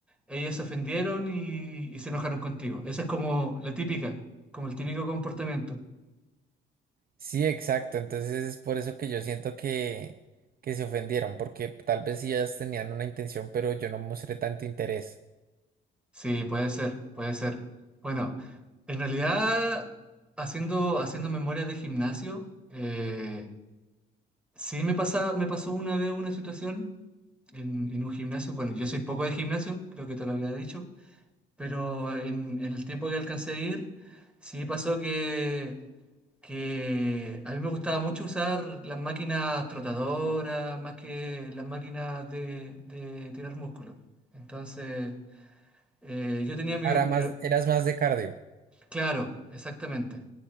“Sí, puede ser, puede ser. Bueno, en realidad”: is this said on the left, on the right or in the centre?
Centre